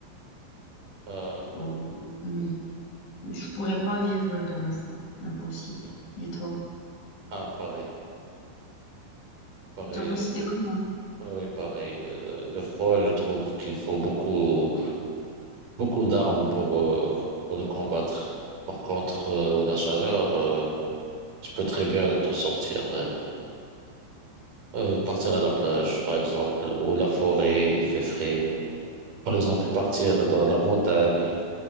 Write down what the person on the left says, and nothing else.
Oh, oui. Je pourrais pas vivre dans le froid. Impossible. Et toi?
Genre aussi, t'es comme moi.